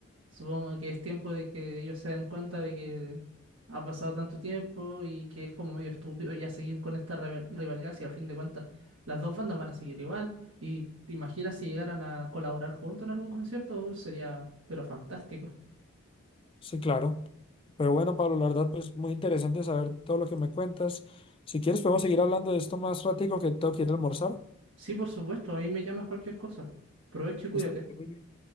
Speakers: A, on the right; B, on the left.
A: Supongo que es tiempo de que ellos se den cuenta de que ha pasado tanto tiempo y que es como medio estúpido ya seguir con esta rebe- rivalidad si al fin de cuentas las dos bandas van a seguir igual. Y te imaginas si llegaran a colaborar juntos en algún concierto, uh, sería pero fantástico.
B: sí, claro. Pero bueno, Pablo, la verdad, pues muy interesante saber todo lo que me cuentas. Si quieres, podemos seguir hablando de esto más ratico que tengo que ir a almorzar.
A: Sí, por supuesto, ahí me llamas cualquier cosa. Provecho y cuídate.
B: Está muy bien.